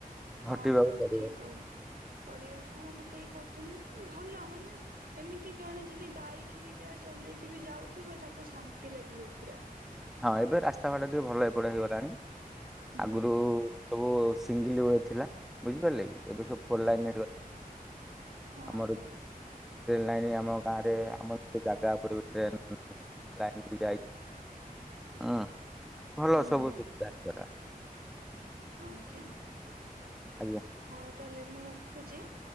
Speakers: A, on the right (about 75°); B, in the centre.
A: ହଁ
B: ହଟେଇବାକୁ
A: ହଁ
B: ପଡିବ।
A: ଠିକ କହୁଛି ପଡିବା କରିଛନ୍ତି ଭଲ ମାନେ ଏମିତି ଜଣେ ଯଦି ବାଇକ୍ ହେରିକା ଚଲେଇକି ବି ଯାଉଥିବ ତାକୁ ଶାନ୍ତି ଲାଗିବ ପୁରା।
B: ହଁ ଏବେ ରାସ୍ତାଘାଟା ଟିକେ ଭଲ ଏପଟ ହେଇଗଲାଣି।
A: ହୁଁ
B: ଆଗରୁ ସବୁ ସିଙ୍ଗିଲି ରୋଡ ଥିଲା ବୁଝିପାରିଲେ କି? ଏବେ ସବୁ ଫଲ
A: ଅ
B: ଲାଇନ ହେଇଗଲା
A: ହଁ
B: ଆମର
A: ହଁ
B: ନାଇ ନାଇ ଆ ଗାଁରେ ଆମର ସେ ଜାଗା ଉପରେ ବି ଟ୍ରେ ଲାଇନ ବି ଯାଇ, ହଁ, ଭଲ
A: ହୁଁ
B: ସବୁ ସୁବିଧା ଦାର
A: ଆଜ୍ଞା
B: ଆଜ୍ଞା
A: ହଉ ତାହଲେ ମୁଁ ରଖୁ ରଖୁଛି,